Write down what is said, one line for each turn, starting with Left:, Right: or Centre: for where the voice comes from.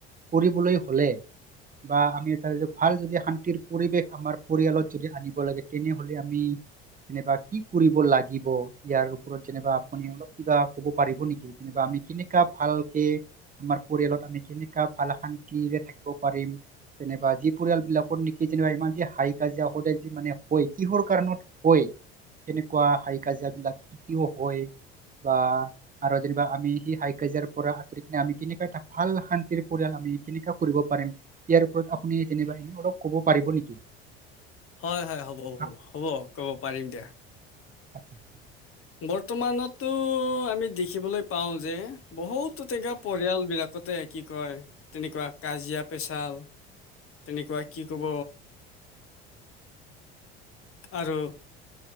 Right: কৰিবলৈ হলে বা আমি ভাল যদি শান্তিৰ পৰিৱেশ আমাৰ পৰিয়ালত যদি আনিব লাগে তেনে আমি যেনিবা কি কৰিব লাগিব ইয়াৰ ওপৰত যেনিবা আপুনি অলপ কিব বা ক'ব পাৰিব নেকি যেনিবা আমি কেনেকা ভালকে আমাৰ পৰিয়ালত আমি কেনেকোৱা ভাল শান্তিৰে থাকিব পাৰিম যেনিবা যি পৰিয়াল বিলাকৰ নিকি যেনিবা ইমান যি হাই কাজিয়া সদায় যি মানে হয় কিহৰ কাৰণত হয় তেনেকুৱো হাই কাজিয়াবিলাক কিয় হয়। বা আৰু যেনিবা আমি সি হাই কাজিয়াৰ পৰা আতৰি কিনে আমি কেনেকোৱা এটা ভাল শান্তিৰ পৰিয়াল যি কেনেকোৱা কৰিব পাৰিম ইয়াৰ ওপৰত আপুনি যেনিবা অলপ কব পাৰিব নেকি
Left: হয় হয় হ'ব হ'ব
Right: আ-
Left: হ'ব ক'ব পাৰিম দিয়া
Right: আচ্ছা।
Left: বৰ্তমানতো আমি দেখিবলৈ পাও যে বহুতো তেনেকা পৰিয়াল বিলাক যাতে কি কয় তেনেকোৱা কাজিয়া পেচাল তেনেকোৱা কি কব। আৰু